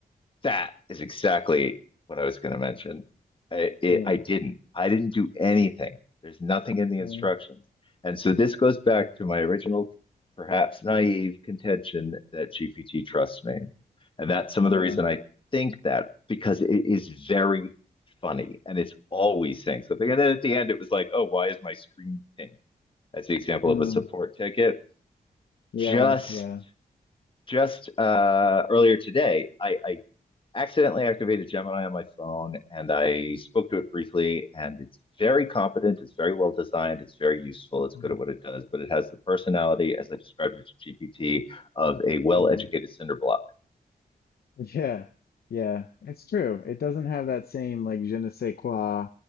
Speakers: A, on the left (about 35°); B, on the left (about 75°).
A: that is exactly what I was going to mention. I, it,
B: Mm,
A: I didn't. I didn't do anything. There's nothing in the instructions.
B: mm,
A: And so this goes back to my original, perhaps naive contention that GPT trusts me. And that's some of
B: yeah.
A: the reason I think that because it is very funny and it's always saying something. And then at the end, it was like, oh, why is my screen pink? That's the example
B: Mm,
A: of a support ticket.
B: yeah,
A: Just
B: yeah.
A: just uh, earlier today, I, I accidentally activated Gemini on my phone and I spoke to it briefly and it's very competent, it's very well designed, it's very useful, it's good
B: Mm,
A: at what it does, but it has the personality, as I described it to GPT, of a well
B: mm.
A: educated cinder block.
B: Yeah, yeah, it's true. It doesn't have that same like je ne sais quoi